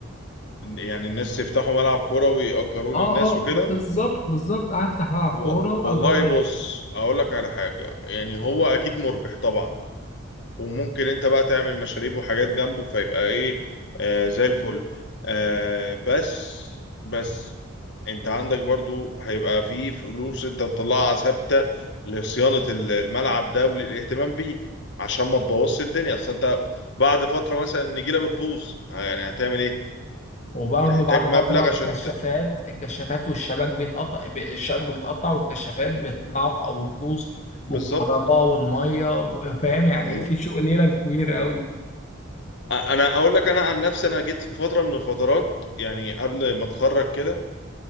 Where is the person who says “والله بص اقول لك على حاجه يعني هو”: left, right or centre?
Left